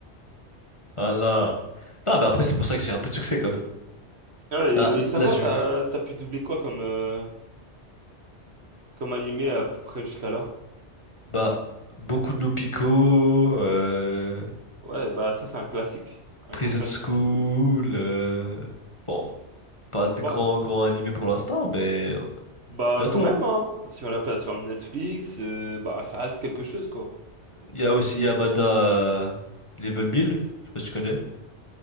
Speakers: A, on the left (about 25°); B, on the right (about 65°).
A: Ah là. Non, mais après, c'est pour ça que j'ai un peu de succès quand même.
B: Ouais,
A: Là,
B: mais ça
A: là,
B: va,
A: je...
B: t'as, t'as pu doubler quoi comme, euh, comme animé à peu près jusqu'à là?
A: Bah, beaucoup de Nopiko, euh...
B: Ouais, bah ça c'est un classique, un
A: Prison
B: grand classique.
A: School. euh, Bon, pas de
B: Waouh!
A: grand grand animé pour l'instant, mais
B: Bah
A: bientôt.
B: quand même,
A: hein.
B: hein, sur la plateforme Netflix, euh, bah ça reste quelque chose quoi.
A: Il y a aussi Yamada euh, Level 1000. Je sais pas si tu connais.